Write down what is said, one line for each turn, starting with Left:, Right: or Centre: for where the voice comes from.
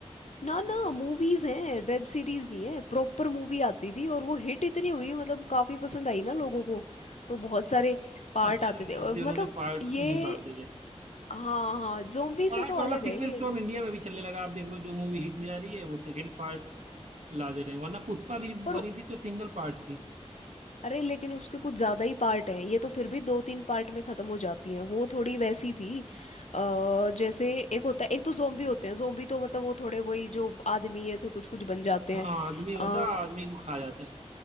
Left: ना ना मूवीज हैं वेब सीरीज नहीं है प्रॉपर मूवी आती थी और वो हिट इतनी हुई मतलब काफी पसंद आई ना लोगों को तो बहुत सारे पार्ट
Right: अच्छा
Left: आते थे और
Right: इसलिए
Left: मतलब
Right: उन्होंने पार्ट्स
Left: ये
Right: निकाल दिए
Left: हाँ हाँ जोम्बी से
Right: पार्ट
Left: तो
Right: वाला
Left: अलग
Right: सीक्वेंस
Left: है ये
Right: तो अब इंडिया में भी चलने लगा आप देख लो जो मूवी हिट हो जा रही है वो सेकंड पार्ट ला दे रहे हैं वरना पुष्पा भी
Left: पर
Right: बनी थी तो सिंगल पार्ट थी
Left: अरे लेकिन उसके कुछ ज्यादा ही पार्ट हैं ये तो फिर भी दो तीन पार्ट में खत्म हो जाती हैं वो थोड़ी वैसी थी अ, जैसे एक होता है एक तो जोम्बी होते हैं जोम्बी तो मतलब वो थोड़े वही जो आदमी ऐसे कुछ कुछ बन जाते
Right: हाँ
Left: हैं
Right: आदमी होता
Left: अ,
Right: है आदमी को खा जाता है